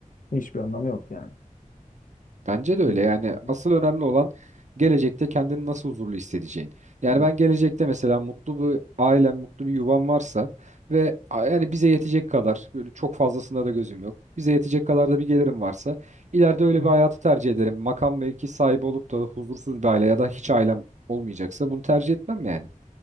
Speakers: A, on the left; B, on the right.
A: Hiçbir anlamı yok yani.
B: Bence de öyle.
A: Hı
B: Yani
A: hı.
B: asıl önemli olan gelecekte kendini nasıl huzurlu hissedeceğin. Yani
A: Evet.
B: ben gelecekte mesela mutlu bir ailem, mutlu bir yuvam varsa ve a- yani bize yetecek kadar böyle çok fazlasında da gözüm yok. Bize yetecek kadar da bir gelirim varsa ileride öyle
A: Hı. hı.
B: bir hayatı tercih ederim. Makam mevki sahibi olup da huzursuz bir aile ya da hiç ailem olmayacaksa bunu tercih etmem yani.